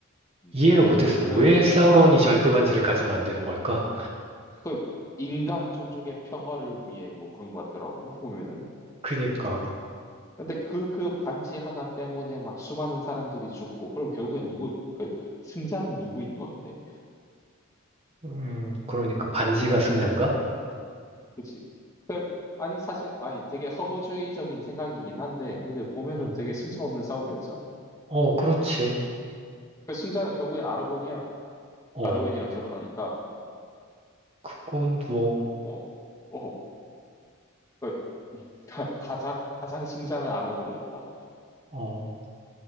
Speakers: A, on the left; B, on the right.
A: 음.
B: 이해를 못했어. 왜
A: 그래가지고
B: 사우론이
A: 어.
B: 절대 반지를 가지면 안 되는 걸까?
A: 그 인간 종족의 평화를 위해 뭐 그런 것 같더라고 보면은.
B: 그니까,
A: 근데 그 그 반지 하나 때문에 막 수많은 사람들이 죽고 그럼 결국엔 누구 그 승자는 누구인 건데?
B: 음, 그러니까 반지가 승자인가?
A: 음, 그치? 그 아니 사실 아니 되게 허무주의적인 생각이긴 한데 근데 보면은
B: 어,
A: 되게 승자 없는 싸움이었잖아.
B: 어, 그렇지.
A: 그 승자는 결국엔 아라곤이야.
B: 어,
A: 아르웬이랑 결혼하니까
B: 그건 뭐,
A: 어, 어, 그 <laughs> 가, 가장 가장 승자는 아라곤이었다.
B: 어,